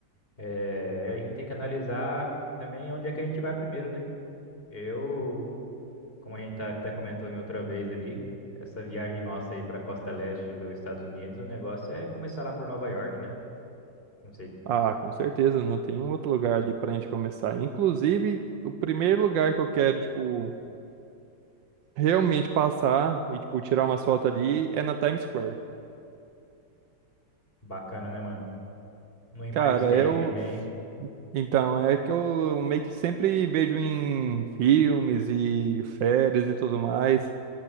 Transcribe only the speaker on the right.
Ah, com certeza, não tem um outro lugar ali pra gente começar. Inclusive, o primeiro lugar que eu quero, tipo, realmente passar e, tipo, tirar umas fotos ali é na Times Square.
Cara,
eu.
Então, é que eu meio que sempre vejo em filmes e férias e tudo mais.